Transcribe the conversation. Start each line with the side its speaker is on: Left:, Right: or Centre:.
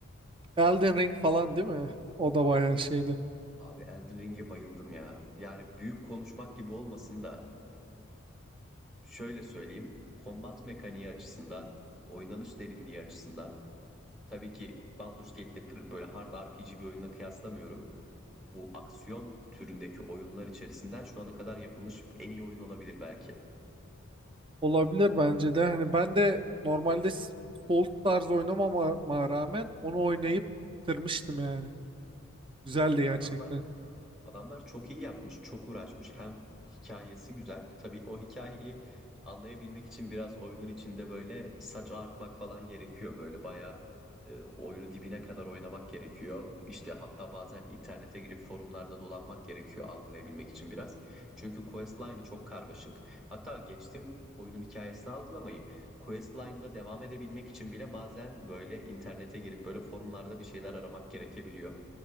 Right: Elden Ring falan değil mi? O da bayağı şeydi.
Centre: Abi Elden Ring'e bayıldım ya. Yani büyük konuşmak gibi olmasın da şöyle söyleyeyim. Kombat mekaniği açısından, oynanış derinliği açısından tabii ki Baldur's Gate'de böyle hard RPG bir oyunla kıyaslamıyorum. bu aksiyon türündeki oyunlar içerisinden şu ana kadar yapılmış en iyi oyun olabilir belki.
Right: Olabilir bence de. Hani ben de normalde s- Souls tarzı oynamama rağmen onu oynayıp bitirmiştim yani. Güzeldi gerçekten.
Centre: Adamlar Adamlar çok iyi yapmış, çok uğraşmış. Hem hikayesi güzel. Tabii o hikayeyi anlayabilmek için biraz oyunun içinde böyle saç ağartmak falan gerekiyor. Böyle bayağı e, oyunu dibine kadar oynamak gerekiyor. İşte hatta bazen internete girip forumlarda dolanmak gerekiyor algılayabilmek için biraz. Çünkü questline'ı çok karmaşık. Hatta geçtim oyunun hikayesini algılamayı. Questline'da devam edebilmek için bile bazen böyle internete girip böyle forumlarda bir şeyler aramak gerekebiliyor.